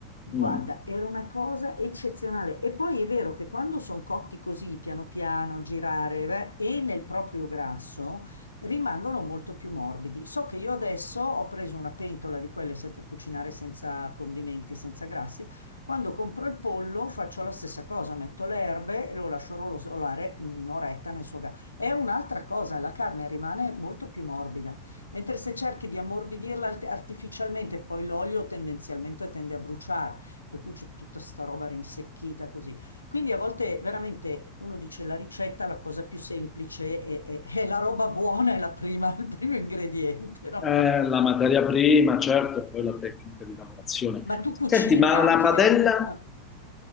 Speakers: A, on the left (about 90°); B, on the left (about 25°).
A: Guarda,
B: Mm.
A: era una cosa eccezionale. E poi è vero che quando sono cotti così, piano piano, girare, beh, e nel proprio grasso, rimangono molto più morbidi. So che io adesso ho preso una pentola di quelle, sai, per cucinare senza condimenti, senza grassi. Quando compro il pollo faccio la stessa cosa, metto le erbe e lo lascio rosolare un'oretta nel suo gas. È un'altra cosa, la carne rimane molto più morbida, mentre se cerchi di ammorbidirla alt- artificialmente, poi l'olio tendenzialmente tende a bruciare, per cui c'è tutta sta roba rinsecchita così. Quindi a volte veramente uno dice la ricetta, la cosa più semplice è, è- è la roba buona, è la prima, <laughs> il primo ingrediente, no?
B: Eh,
A: <laughs>
B: la materia prima, certo, e poi la tecnica di lavorazione.
A: Ma tu cucini
B: Senti, ma
A: anche?
B: una padella,
A: Ah,